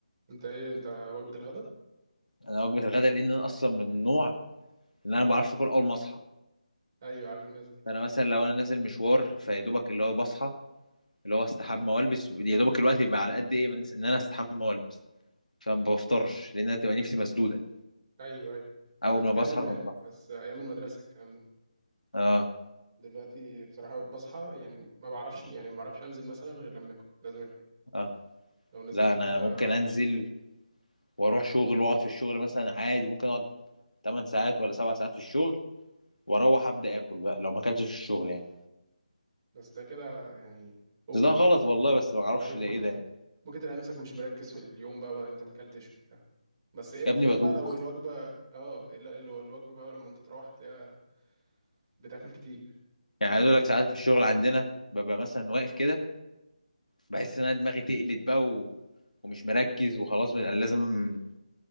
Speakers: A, on the right; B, on the left.
A: انت ايه انت وجبة الغداء
B: انا وجبه الغداء لان انا اصلا من النوع ان انا ما بعرفش اكل اول ما اصحى
A: ايوه عارف الناس دي
B: فانا مثلا لو انا نازل مشوار فيا دوبك اللي هو بصحى اللي هو استحمى والبس يا دوبك الوقت يبقى على قد ايه من ان انا استحمى والبس فما بفطرش لان انا تبقى نفسي مسدوده
A: ايوه ايوه انا
B: اول
A: كنت
B: ما
A: كده
B: بصحى
A: زمان
B: ما بفطر.
A: بس ايام المدرسة الكلام ده
B: اه
A: دلوقتي بصراحة بصحى يعني ما بعرفش يعني ما بعرفش انزل مثلا غير لما اكل لازم اكل
B: اه
A: لو نزلت
B: لا انا
A: كده
B: ممكن
A: هتعب
B: انزل واروح شغل واقعد في الشغل مثلا عادي ممكن اقعد 8 ساعات ولا 7 ساعات في الشغل واروح ابدا اكل بقى لو ما اكلتش في الشغل يعني
A: بس ده كده يعني اوفر
B: بس ده غلط
A: <laughs>
B: والله بس ما اعرفش
A: ايوه
B: ده ايه ده يعني.
A: ممكن تلاقي نفسك مش مركز في اليوم بقى, بقى انت ما اكلتش وبتاع بس ايه- الا
B: يا ابني بدوخ
A: بقى لو الوجبة اه الا لو الوجبة بقى لما انت تروح هتلاقيها بتاكل كتير
B: يعني عايز اقول لك ساعات في الشغل عندنا ببقى مثلا واقف كده بحس ان انا دماغي تقلت بقى و... ومش مركز وخلاص بقى لازم